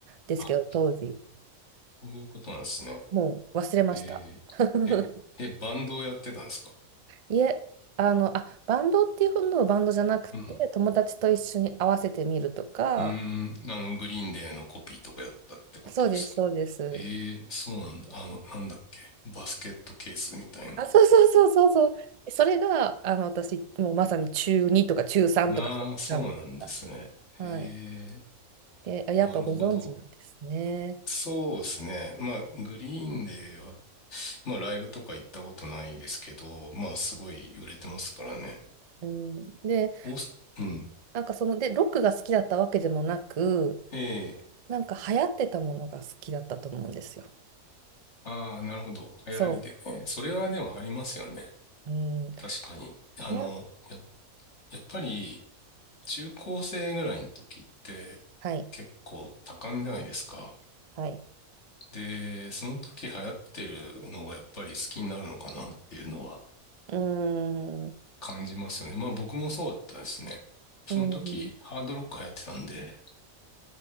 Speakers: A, on the right; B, on the left.
A: ですけど、
B: あ、
A: 当時。
B: そういうことなんですね。
A: もう忘れました。
B: えー、
A: <laughs>
B: え、え、バンドをやってたんですか
A: いえ、あの、あ、バンドっていうほどのバンドじゃなくて、
B: うん。
A: 友達と一緒に合わせてみるとか、
B: うーん。あの、グリーンデーのコピーとかやったってことですか
A: そうです、そうです。
B: ええ、そうなんだ。あの、なんだっけ。バスケットケースみたいな。
A: あ、そうそうそうそうそう。それが、あの、私、もうまさに中2とか中3とか、
B: ああ、
A: そういう感じでした。
B: そうなんですね。
A: はい。
B: ええ、
A: で、あやっぱご存知なんですね。
B: なるほど。そうですね。まあ、グリーンデーは、まあ、ライブとか行ったことないですけど、まあ、すごい売れてますからね。
A: うん、で、
B: オース、うん。
A: なんかその、で、ロックが好きだったわけでもなく、
B: ええ、
A: なんか流行ってたものが好きだったと思うんですよ。
B: ああ、なるほど。流行りでね。
A: そ
B: それはでもありますよね。
A: う。うん、
B: 確かに。あの、
A: なん、
B: や、やっぱり、中高生ぐらいの時って、
A: はい、
B: 結構多感じゃないですか。
A: はい。
B: で、その時流行ってるのがやっぱり好きになるのかなっていうのは
A: うん、う
B: 感じますよね。まあ僕もそうだったですね。その時、
A: ん。
B: ハードロックやってたんで、